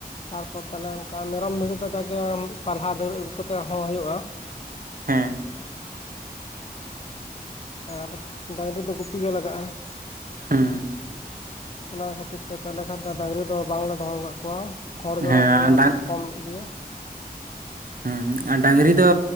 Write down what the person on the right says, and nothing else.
ᱦᱮᱸ ᱾
ᱦᱩᱸ ᱾
ᱦᱮᱸ
ᱟᱨ
ᱰᱟᱝ
ᱦᱩᱸ ᱟᱨ ᱰᱟᱹᱝᱨᱤ ᱫᱚ